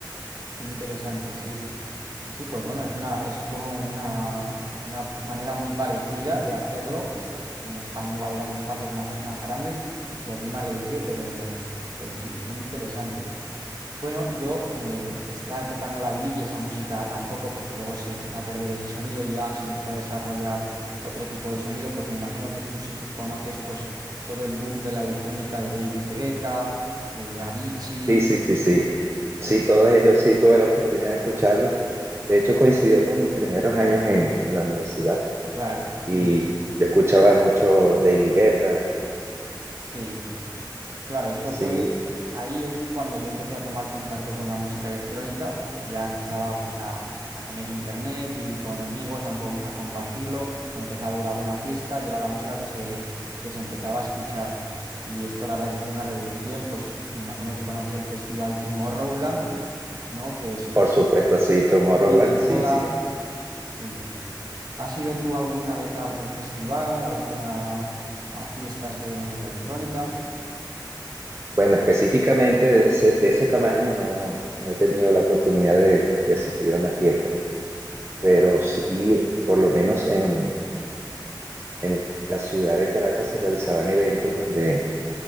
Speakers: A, on the right; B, on the right.
A: qué interesante, sí, sí. Sí, pues bueno, es una, es como una, una manera muy parecida de hacerlo. Es, en España igual eran espacios más, más grandes y aquí más reducido, pero, pero sí, muy interesante. Bueno, yo eh, esta época no la viví y esa música tampoco, porque luego se empezó a perder ese sonido y ya se empezó a desarrollar otro tipo de sonido. Pues me imagino que tú sí que conoces pues todo el boom de la electrónica de David Guetta, eh, Avicii.
B: Sí, sí, sí, sí.
A: Sí,
B: Sí, todos ellos sí tuve la oportunidad de escucharlos. De hecho, coincidió con mis primeros años en, en la universidad
A: claro.
B: y
A: Mm,
B: yo escuchaba mucho David Guetta,
A: sí, claro, esto
B: sí,
A: fue, ahí es cuando yo empecé a tomar contacto con la música electrónica, porque ya empezaba pues a, a tener internet y con amigos a, com- a compartirlo, empezaba a ir a alguna fiesta y era la música que se, que se empezaba a escuchar. Y esto la verdad que fue una revolución, pues me imagino que conoces el festival Tomorrowland, ¿no? Que se
B: por
A: puso
B: supuesto, sí, Tomorrowland,
A: muy de moda.
B: sí, sí.
A: Sí. ¿Has ido tú alguna vez a algún festival, alguna a fiestas de música electrónica?
B: Bueno, específicamente de ese, de ese tamaño no, no he tenido la oportunidad de, de asistir a una fiesta, pero sí, por lo menos en, en la ciudad de Caracas se realizaban eventos donde